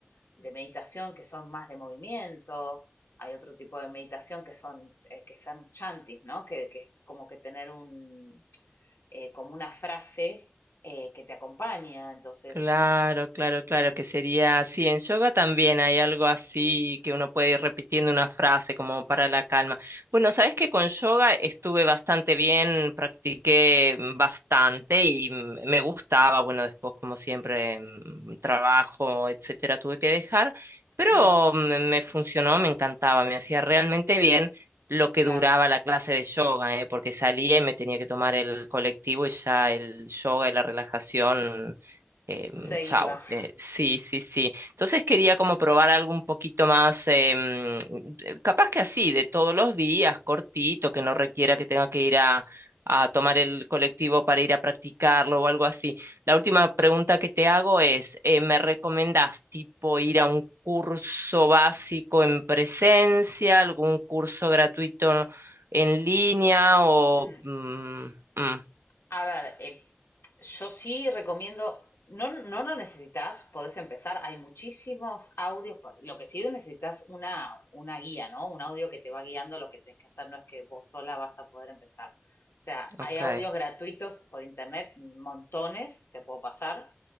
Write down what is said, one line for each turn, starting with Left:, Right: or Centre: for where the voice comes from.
Left: de meditación que son más de movimiento, hay otro tipo de meditación que son, eh, que son chantis, ¿no? Que, que es como que tener un, eh, como una frase eh, que te acompaña, entonces,
Right: Claro, claro, claro, que sería así. En yoga también hay algo así que uno puede ir repitiendo una frase como para la calma. Bueno, sabes que con yoga estuve bastante bien, practiqué bastante y m- me gustaba. Bueno, después, como siempre, mm, trabajo, etcétera, tuve que dejar, pero
Left: hmm,
Right: mm, me funcionó, me encantaba, me hacía realmente bien. lo que
Left: claro,
Right: duraba la clase de yoga, ¿eh? Porque salía y me tenía que tomar el colectivo y ya el yoga y la relajación Em,
Left: se
Right: chau.
Left: iba. <laughs>
Right: Eh, sí, sí, sí. Entonces quería como probar algo un poquito más, em, eh, capaz que así, de todos los días, cortito, que no requiera que tenga que ir a, a tomar el colectivo para ir a practicarlo o algo así. La última pregunta que te hago es, eh, ¿me recomendás tipo ir a un curso básico en presencia, algún curso gratuito en línea o...
Left: Mm,
Right: mm, mm,
Left: A ver, eh, yo sí recomiendo, no, no lo necesitas, podés empezar, hay muchísimos audios, pa- lo que sí necesitas una, una guía, ¿no? Un audio que te va guiando, lo que tenés que hacer no es que vos sola vas a poder empezar. O sea,
Right: ok,
Left: hay audios gratuitos por internet, montones, te puedo pasar,